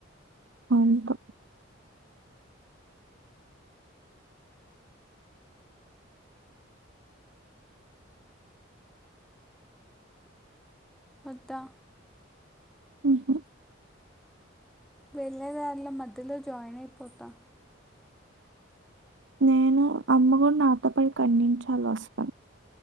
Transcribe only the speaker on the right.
అంతా
ఉహు
నేను అమ్మకూడ నాతో పాటు ఒక ఐదు నిమిషాలు వస్తది